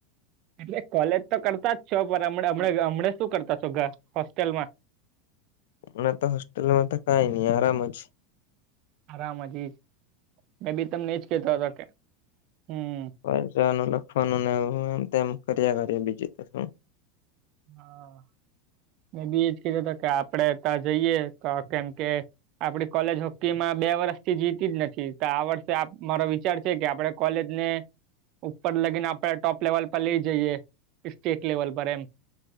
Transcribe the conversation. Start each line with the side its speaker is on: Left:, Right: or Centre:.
Right: એટલે કોલેજ તો કરતા જ છો પણ હમણા હમણા શું કરતા છો ઘ હોસ્ટેલમાં
Left: મે તો હોસ્ટેલમાં તો કઈ નહી આરામ જ
Right: આરામ હજી મે બી તમને એ જ કેતો કે હમ્મ
Left: પૈસાનું લખવાનું એમ તેમ કર્યા કરે બીજુ તો શુ
Right: હા મેં બી એજ કેતો હતો કે આપડે ત્યાં જઈએ કા કેમ કે આપડી કોલેજ હોકી માં બે વર્ષથી જીતી જ નથી તો આ વર્ષે મારો વિચાર છે કે આપડે કોલેજ ને ઉપર લગીને આપડે ટોપ લેવલ પર લઈ જઈએ સ્ટેટ લેવલ પર એમ